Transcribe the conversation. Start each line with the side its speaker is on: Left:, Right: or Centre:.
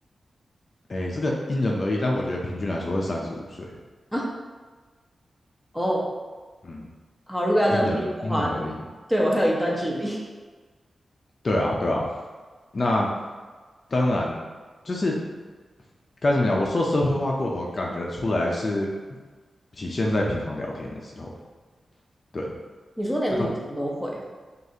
Left: 哎，这个因人而异，但我觉得平均来说是三十五岁，
Centre: 啊？哦，
Left: 嗯，
Centre: 好，如果要这样比的话，
Left: 因人因人而异。
Centre: 对我还有一段距离。<laughs>
Left: 对啊，对啊，那当然就是该怎么讲？我说社会化过头，感觉出来是体现在平常聊天的时候。对，
Centre: 你说连平常都会哦，
Left: 当